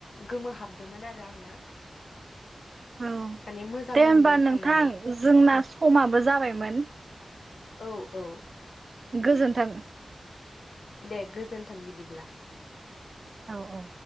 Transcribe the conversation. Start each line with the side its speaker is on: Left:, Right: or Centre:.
Left: गोमो हाबदोंमोन आरो आङो।
Right: औ
Left: माने मोजां
Right: दे
Left: नांदों
Right: होमबा नोंथां
Left: थांनानै
Right: जोंना समाबो जाबायमोन।
Left: औ औ।
Right: गोजोनथों।
Left: दे गोजोन्थों बिदिब्ला।
Right: औ औ।